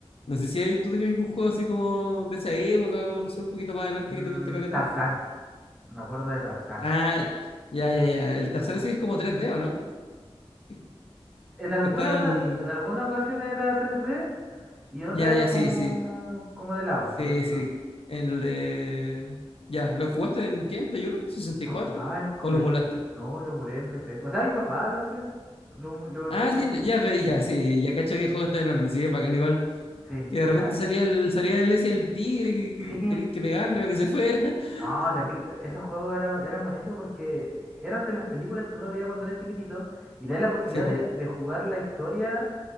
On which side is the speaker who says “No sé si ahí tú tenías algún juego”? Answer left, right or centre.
Left